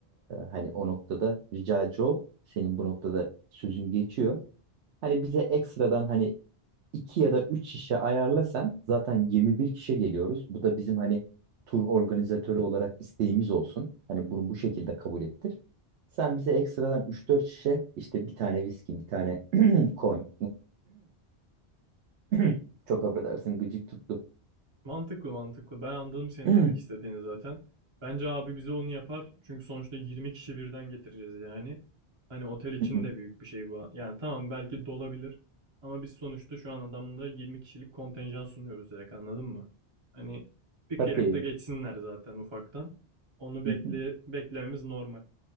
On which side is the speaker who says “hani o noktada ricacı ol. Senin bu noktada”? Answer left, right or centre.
Right